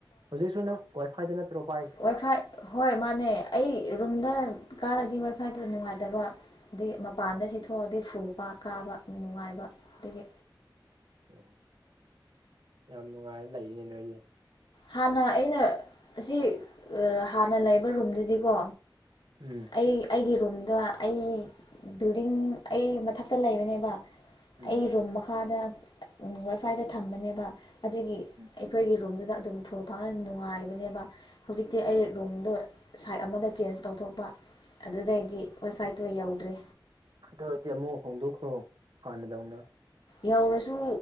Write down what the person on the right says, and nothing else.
ꯍꯧꯖꯤꯛ ꯁꯨꯅ ꯋꯥꯏ ꯐꯥꯏꯗ ꯅꯠꯇ꯭ꯔꯣꯄꯥ꯫
ꯑꯣ
ꯑꯣ ꯌꯥꯝ ꯅꯨꯡꯉꯥꯏꯅ ꯂꯩꯔꯤꯅꯦ ꯅꯣꯏꯁꯦ꯫
ꯎꯝ
ꯎꯝ
ꯎꯝ
ꯑꯗꯨ ꯑꯣꯏꯔꯗꯤ ꯑꯃꯨꯛ ꯍꯣꯡꯗꯣꯛꯈ꯭ꯔꯣ ꯍꯥꯟꯅꯗꯧꯅ꯫